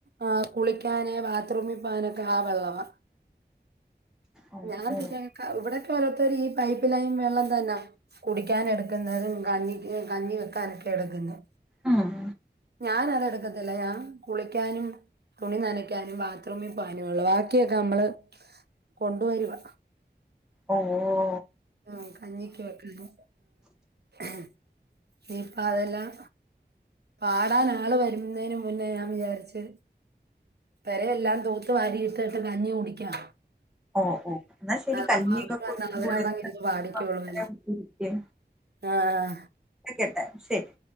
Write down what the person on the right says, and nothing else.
ആഹ് കുളിക്കാന് ബാത്റൂമി പാനാക്കെ ആ വെള്ളവാ-
ഞാൻ
പിന്നെ ക ഇവടെ <unintelligible> ഓരോത്തര് ഈ പൈപ്പ് ലൈൻ വെള്ളം തന്നാ കുടിക്കാൻ എട്ക്ക്ന്നതും കഞ്ഞിക്ക് കഞ്ഞി വെക്കാൻ എട് എട്ക്ക്ന്നേ
ഞാനത് എട്ക്കത്തില്ല ഞാനത് കുളിക്കാനും തുണി നനയ്ക്കാനും ബാത്തറൂമി പോവാനും ഒള്ളു ബാക്കിയൊക്കെ നമ്മള് കൊണ്ട് വരുവാ
ആഹ് കഞ്ഞിക്ക് വെക്കാന് ആഹ് ഇനിപ്പാ അതെല്ലാം പാടാൻ ആള് വെര്ന്നേന് മുന്നേ ഞാൻ വിചാരിച്ച് പെരെല്ലാം തൂത്ത് വാരി ഇട്ടിട്ട് കഞ്ഞി കുടിക്കാം
<unintelligible>
വന്നവര
അവടെ അങ്ങ് ഇരുന്ന് പാടിക്കൊള്ളൂം
ആഹ്